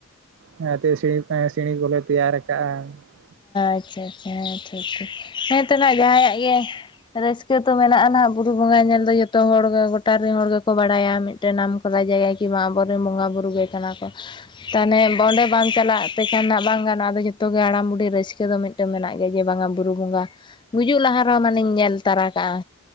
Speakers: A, on the right (about 60°); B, on the left (about 20°).
A: ᱚᱱᱟ ᱛᱮ ᱥᱤᱬᱤ ᱮᱸ ᱥᱤᱬᱤ ᱠᱚᱞᱮ ᱛᱮᱭᱟᱨ ᱠᱟᱜᱼᱟ ᱾
B: ᱟᱪᱪᱷᱟ ᱟᱪᱪᱷᱟ ᱦᱮᱸ ᱴᱷᱤᱠ ᱴᱷᱤᱠ ᱦᱮᱸ ᱛᱟᱦᱞᱮ ᱡᱟᱦᱟᱸᱭᱟᱜ ᱜᱮ ᱾ ᱨᱟᱹᱥᱠᱟᱹ ᱛᱚ ᱢᱮᱱᱟᱜᱼᱟ ᱱᱟᱜ ᱵᱩᱨᱩ ᱵᱚᱸᱜᱟ ᱧᱮᱞ ᱫᱚ ᱡᱚᱛᱚ ᱦᱚᱲ ᱜᱚᱴᱟ ᱨᱤᱱ ᱦᱚᱲ ᱜᱮᱠᱚ ᱵᱟᱲᱟᱭᱟ ᱢᱤᱫᱴᱮᱱ ᱱᱟᱢ ᱼᱼ <unintelligible> ᱟᱵᱚ ᱨᱮᱱ ᱵᱚᱸᱜᱟ ᱵᱩᱨᱩ ᱜᱮ ᱠᱟᱱᱟ ᱠᱚ᱾ ᱛᱟᱦᱮᱸᱱᱮ ᱵᱚᱸᱰᱮ ᱵᱟᱝ ᱪᱟᱞᱟᱜ ᱛᱮᱠᱷᱟᱱ ᱱᱟᱜ ᱵᱟᱝ ᱜᱟᱱᱚᱜᱼᱟ ᱟᱫᱚ ᱡᱷᱚᱛᱚ ᱜᱮ ᱦᱟᱲᱟᱢ ᱵᱩᱰᱦᱤ ᱨᱟᱹᱥᱠᱟᱹ ᱫᱚ ᱢᱤᱫᱴᱟᱹᱱ ᱢᱮᱱᱟᱜ ᱜᱮ ᱡᱮ ᱵᱟᱝ-ᱟ ᱵᱩᱨᱩ ᱵᱚᱸᱜᱟ ᱜᱩᱡᱩᱜ ᱞᱟᱦᱟ ᱨᱮᱦᱚᱸ ᱢᱟᱱᱮᱧ ᱧᱮᱞ ᱛᱟᱨᱟ ᱠᱟᱜᱼᱟ᱾